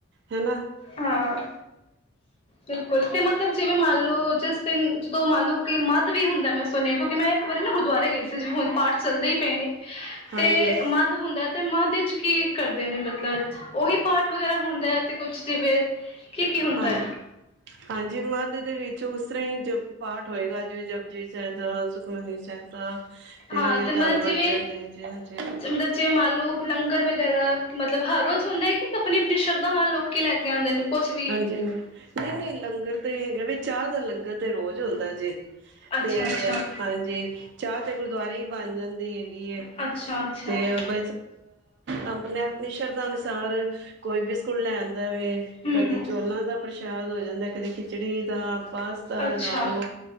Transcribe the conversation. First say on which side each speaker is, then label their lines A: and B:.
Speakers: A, on the right; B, on the left.
A: ਹੈ ਨਾ।
B: ਹਾਂ ਬਿਲਕੁਲ ਤੇ ਮਤਲਬ ਜਿਵੇਂ ਮੰਨ ਲਓ ਜਿਸ ਜਦੋਂ ਮੰਨ ਲਓ ਕਿ ਮੱਧ ਵੀ ਹੁੰਦਾ ਮੈਂ ਸੁਣਿਆ, ਕਿਉਂਕਿ ਮੈਂ ਇੱਕ ਵਾਰੀ ਨਾ ਗੁਰਦੁਆਰੇ ਗਈ ਸੀ ਜ ਹੁਣ ਪਾਠ ਚੱਲਦੇ ਹੀ ਪਏ ਨੇ।
A: ਹਾਂਜੀ
B: ਤੇ ਮ ਹੁੰਦਾ ਤੇ ਮਧ ਦੇ ਵਿੱਚ ਕੀ ਕਰਦੇ ਨੇ ਮਤਲਬ, ਉਹੀ ਪਾਠ ਵਗੈਰਾ ਹੁੰਦਾ ਹੈ ਤੇ ਕੁਛ ਜਿਵੇਂ ਕੀ ਕੀ ਹੁੰਦਾ।
A: ਹਾਂਜੀ ਹਾਂਜੀ, ਮੱਧ ਦੇ ਵਿੱਚ ਉਸ ਤਰ੍ਹਾਂ ਹੀ ਜ ਪਾਠ ਹੋਏਗਾ ਜਿਵੇਂ ਜ ਜ ਚਾਹੀਦਾ ਸੁੱਕਮਨੀ ਸਾਹਿਬ ਦਾ। ਫਿਰ
B: ਹਾਂ
A: ਉਹੀ
B: ਤੇ ਮਤਲਬ
A: ਧੰਨ ਗੁਰੂ
B: ਜਿਵੇਂ
A: ਅਰਜਨ ਦੇਵ ਜੀ ਹਾਂਜੀ
B: ਮਤਲਬ ਚੇ ਮਾਲੋ ਲੰਗਰ ਵਗੈਰਾ ਮਤਲਬ ਹਰ ਰੋਜ਼ ਹੁੰਦਾ ਹੈ ਕਿ ਆਪਣੀ ਆਪਣੀ ਸ਼ਰਧਾ ਨਾਲ ਲੋਕੀ ਲੈ ਕੇ ਆਉਂਦੇ ਨੇ ਕੁਛ ਵੀ
A: ਜੀ। ਨਹੀਂ- ਨਹੀਂ ਲੰਗਰ ਤੇ ਹੈਗਾ ਵੀ ਚਾਰ ਦਾਨ ਲੰਗਰ ਤੇ ਰੋਜ਼ ਹੁੰਦਾ ਜੇ
B: ਅੱਛਾ
A: ਤੇ
B: ਅੱਛਾ
A: ਹਾਂਜੀ, ਚਾਹ ਤੇ ਗੁਰਦੁਆਰੇ ਹੀ ਬਣ ਜਾਂਦੀ ਹੈਗੀ ਹੈ
B: ਅੱਛਾ ਅੱਛਾ
A: ਤੇ ਬ ਆਪਣੀ ਆਪਣੀ ਸ਼ਰਦਾ ਨੁਸਾਰ ਕੋਈ ਬਿਸਕੁਟ ਲੈ ਆਂ ਕਦੇ
B: ਹਮ
A: ਚੋਲਾਂ ਦਾ ਪ੍ਰਸ਼ਾਦ ਹੋ ਜਾਂਦਾ ਕਦੇ ਖਿਚੜੀ ਦਾ ਪਾਸਤਾ
B: ਅੱਛਾ
A: ਲਗਾ ਲਉ